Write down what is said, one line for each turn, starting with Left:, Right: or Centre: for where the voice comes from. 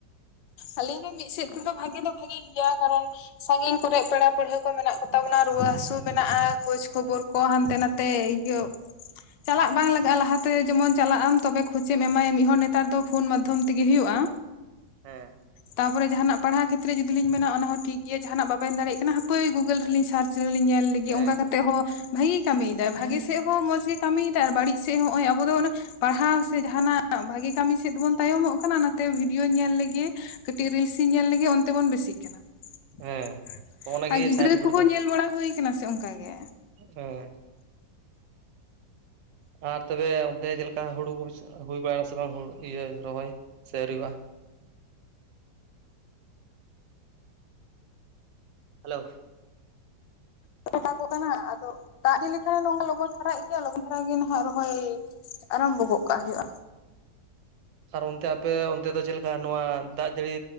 Left: ᱟᱹᱞᱤᱧ ᱜᱮ ᱢᱤᱫ ᱥᱮᱫ ᱛᱮᱫᱚ ᱵᱷᱟᱜᱮ ᱫᱚ ᱵᱷᱟᱜᱤ ᱜᱤᱭᱟ ᱠᱟᱨᱚᱱ ᱥᱟᱸᱜᱤᱧ ᱠᱚᱨᱮᱜ ᱯᱮᱲᱟ ᱯᱟᱹᱲᱤᱭᱦᱟᱹ ᱠᱚ ᱢᱮᱱᱟᱜ ᱠᱚ ᱛᱟᱵᱚᱱᱟ ᱨᱩᱣᱟᱹ ᱦᱟᱥᱩ ᱢᱮᱱᱟᱜᱼᱟ ᱠᱷᱳᱡᱽ ᱠᱷᱚᱵᱚᱨ ᱠᱚ ᱦᱟᱱᱛᱮ ᱱᱟᱛᱮ ᱤᱭᱳᱜ ᱪᱟᱞᱟᱜ ᱵᱟᱝ ᱞᱟᱜᱟᱜᱼᱟ ᱞᱟᱦᱟᱛᱮ ᱡᱮᱢᱚᱱ ᱪᱟᱞᱟᱜ ᱟᱢ ᱛᱚᱵᱮ ᱠᱷᱳᱪᱮᱢ ᱮᱢᱟᱭ ᱢᱤᱜ ᱦᱚᱲ ᱱᱮᱛᱟᱨ ᱫᱚ ᱯᱷᱩᱱ ᱢᱟᱫᱽᱫᱷᱚᱢ ᱛᱤᱜᱮ ᱦᱩᱭᱩᱜᱼᱟ
Right: ᱦᱮᱸ
Left: ᱛᱟᱯᱚᱨ ᱡᱟᱦᱟᱱᱟᱜ ᱯᱟᱲᱦᱟ ᱠᱷᱮᱛᱨᱮ ᱡᱩᱫᱤ ᱞᱤᱧ ᱢᱮᱱᱟ ᱚᱱᱟ ᱦᱚᱸ ᱴᱷᱤᱠ ᱜᱤᱭᱹᱟ ᱡᱟᱦᱟᱱᱟᱜ ᱵᱟᱵᱮᱱ ᱫᱟᱲᱮᱭᱟᱜ ᱠᱟᱱᱟ ᱦᱟᱯᱹᱭ ᱜᱩᱜᱳᱞ ᱨᱤᱞᱤᱧ ᱥᱟᱨᱪ ᱨᱮ ᱞᱤᱧ ᱧᱮᱞ ᱞᱮᱜ ᱜᱤᱭᱟ
Right: ᱦᱮᱸ
Left: ᱚᱱᱠᱟ
Right: ᱦᱮᱸ
Left: ᱠᱟᱛᱮᱫ ᱦᱚᱸ ᱵᱷᱟᱜᱤᱭᱭ ᱠᱟᱹᱢᱤᱭᱫᱟᱭ ᱵᱷᱟᱜᱮ ᱥᱮᱜ ᱦᱚᱸ ᱢᱚᱸᱡᱽ ᱜᱮ ᱠᱟᱹᱢᱤᱭ ᱫᱟᱭ ᱟᱨ ᱵᱟᱹᱲᱤᱡ ᱥᱮᱫ ᱦᱚᱸ ᱦᱚᱸᱚᱭ ᱟᱵᱚ ᱫᱚ ᱦᱩᱱᱚᱜ ᱯᱟᱲᱦᱟᱣ ᱥᱮ ᱡᱟᱦᱟᱱᱟᱜ ᱵᱷᱟᱜᱤ ᱠᱟᱹᱢᱤ ᱥᱮᱫ ᱵᱚᱱ ᱛᱟᱭᱚᱢᱚᱜ ᱠᱟᱱᱟ ᱚᱱᱟᱛᱮ ᱵᱷᱤᱰᱤᱭᱳᱧ ᱧᱮᱞ ᱞᱮᱜᱮ ᱠᱟᱹᱴᱤᱡ ᱨᱤᱞᱥ ᱤᱧ ᱧᱮᱞ ᱞᱮᱜᱮ ᱚᱱᱛᱮ ᱵᱚᱱ ᱵᱮᱥᱤᱜ ᱠᱟᱱᱟ
Right: ᱦᱮᱸ
Left: ᱾
Right: ᱦᱚᱜᱼᱚ ᱱᱟ ᱜᱮ
Left: ᱟ ᱜᱤᱫᱽᱨᱟᱹ
Right: ᱥᱟᱭᱤᱰ ᱤᱯᱷᱮᱠᱴ
Left: ᱠᱚᱦᱚᱸ
Right: ᱫᱚ
Left: ᱧᱮᱞ ᱵᱟᱲᱟ ᱦᱳᱭ ᱠᱟᱱᱟ ᱥᱮ ᱚᱝᱠᱟ ᱜᱮ
Right: ᱦᱮᱸ ᱟᱨ ᱛᱚᱵᱮ ᱚᱱᱛᱮ ᱡᱮᱞᱮᱠᱟ ᱦᱩᱲᱩ ᱦᱩᱹᱥᱜᱼᱟ ᱦᱩᱭ ᱵᱟᱲᱟᱜᱼᱟ ᱥᱮ ᱵᱟᱝ ᱦᱩᱲ ᱤᱭᱟᱹ ᱨᱚᱦᱚᱭ ᱥᱮ ᱨᱤᱣᱟ ᱦᱮᱞᱳ
Left: ᱫᱟᱜᱚᱜ ᱠᱟᱱᱟ ᱟᱫᱚ ᱫᱟᱜ ᱤᱫᱤ ᱞᱮᱠᱷᱟᱱ ᱱᱚᱝᱠᱟᱱ ᱞᱚᱜᱚᱱ ᱫᱷᱟᱨᱟᱜ ᱜᱤᱭᱟ ᱞᱚᱜᱚᱱ ᱫᱷᱟᱨᱟ ᱜᱮ ᱱᱟᱦᱟᱜ ᱨᱚᱦᱚᱭ ᱟᱨᱟᱢᱵᱚ ᱜᱚᱜ ᱠᱟᱜ ᱦᱳᱭᱳᱜᱼᱟ
Right: ᱟᱨ ᱚᱱᱛᱮ ᱟᱯᱮ ᱚᱱᱛᱮ ᱫᱚ ᱪᱮᱜ ᱞᱮᱠᱟ ᱱᱚᱣᱟ ᱫᱟᱜ ᱡᱟᱹᱲᱤ